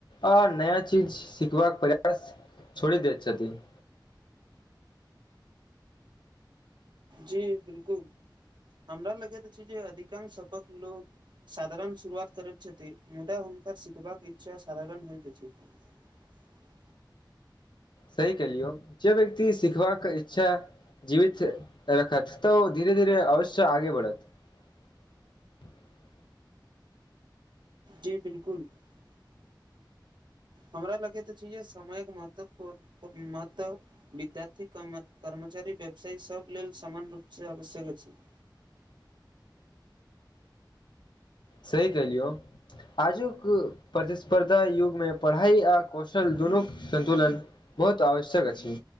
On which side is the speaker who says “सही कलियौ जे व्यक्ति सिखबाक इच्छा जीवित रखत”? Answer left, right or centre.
Left